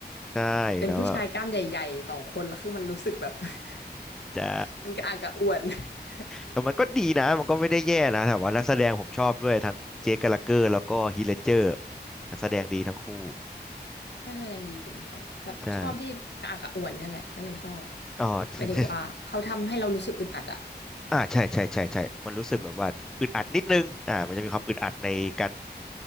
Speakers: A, in the centre; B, on the left.
A: ใช่แล้วอะ
B: เป็นผู้ชายกล้ามใหญ่ๆสองคนแล้วคือมันรู้สึกแบบ <laughs>
A: ใช่
B: มันกระอักกระอ่วน <laughs>
A: แต่มันก็ดีนะ มันก็ไม่ได้แย่นะแต่ว่านักแสดงผมชอบด้วยทั้งเจคแกลลาเกอร์แล้วก็ฮีทเลดเจอร์นักแสดงดีทั้งคู่
B: น่าแสดงดีจริงค่ะแบบชอบที่กระอักกระอ่วนเนี่ยแหละก็เลยชอบ
A: ใช่อ๋อ <laughs>
B: หมายถึงว่าเขาทำให้เรารู้สึกอึดอัดอะ
A: อ่าใช่ใช่ใช่ใช่มันรู้สึกแบบว่าอึดอัดนิดนึงอ่ามันจะมีความอึดอัดในการ